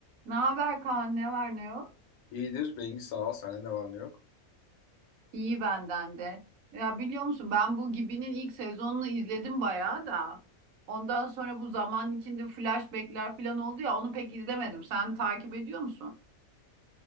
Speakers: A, on the right; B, on the left.
A: Ne haber Kaan? Ne var ne yok?
B: İyidir. Bengi sağ ol. Sende ne var ne yok.
A: İyi benden de. Ya biliyor musun ben bu Gibi'nin ilk sezonunu izledim bayağı da. Ondan sonra bu zaman içinde flashbackler falan oldu ya onu pek izlemedim. Sen takip ediyor musun?